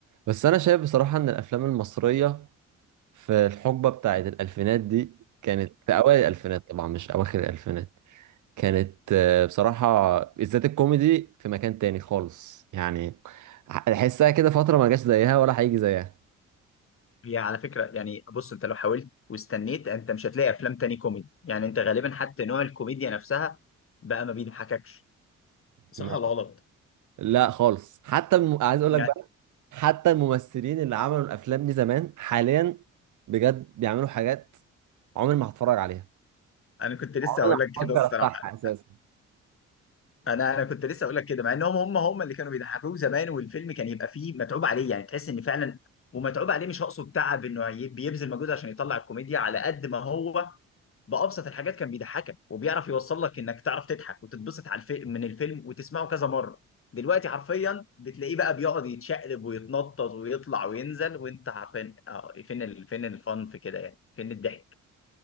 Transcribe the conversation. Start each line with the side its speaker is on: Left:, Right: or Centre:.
Right: بس انا شايف بصراحة ان الافلام المصرية في الحقبة بتاعت الالفينات دي كانت في اوائل الالفينات طبعا مش اواخر الالفينات كانت آه، بصراحة بالذات الكوميدي في مكان تاني خالص يعني ح- احسها كده فترة ما جاش زيها ولا هيجي زيها
Left: هي على فكرة يعني بص انت لو حاولت واستنيت انت مش هتلاقي افلام تاني كوميدي يعني انت غالبا حتى نوع الكوميديا نفسها بقى ما بيضحككش صح
Right: ما-
Left: ولا غلط
Right: لا خالص حتى الم... عايز اقول
Left: يعني
Right: لك بقى حتى الممثلين اللي عملوا الافلام دي زمان حاليا بجد بيعملوا حاجات عمري ما هتفرج عليها
Left: انا كنت لسه
Right: عمري
Left: هقول
Right: ما
Left: لك
Right: هفكر
Left: كده الصراحة
Right: افتحها اساسا
Left: انا انا كنت لسه هقول لك كده مع انهم هم هم اللي كانوا بيضحكوك زمان والفيلم كان يبقى فيه متعوب عليه يعني تحس ان فعلا ومتعوب عليه مش هقصد تعب انه هي- بيبذل مجهود عشان يطلع الكوميديا على قد ما هو بأبسط الحاجات كان بيضحكك وبيعرف يوصل لك انك تعرف تضحك وتتبسط على الفيلم من الفيلم وتسمعه كذا مرة دلوقتي حرفيا بتلاقيه بقى بيقعد يتشقلب ويتنطط ويطلع وينزل وانت عارفين اه فين ال... فين الفن في كده يعني فين الضحك